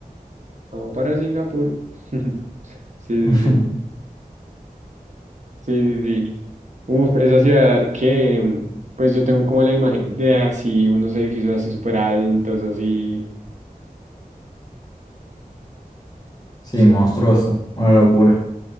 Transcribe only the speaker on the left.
<laughs>
Sí,
monstruoso. Una locura.